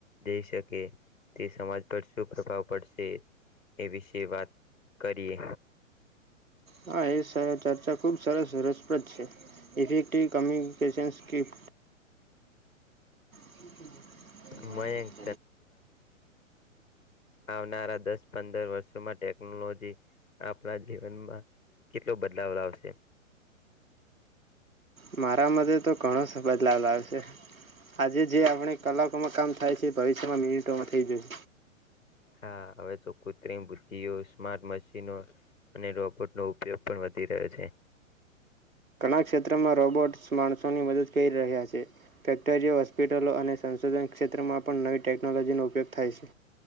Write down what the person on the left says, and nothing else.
જઈ શકે તે સમાજ પર શું પ્રભાવ પડશે એ વિશે વાત કરીએ
મય
આવનારા દસ પંદર વર્ષોમાં ટેકનોલોજી આપણા જીવનમાં કેટલો બદલાવ લાવશે
હા હવે તો કૃત્રિમ બુદ્ધિઓ સ્માર્ટ મશીનો અને રોબોટનો ઉપયોગ પણ વધી રહ્યો છે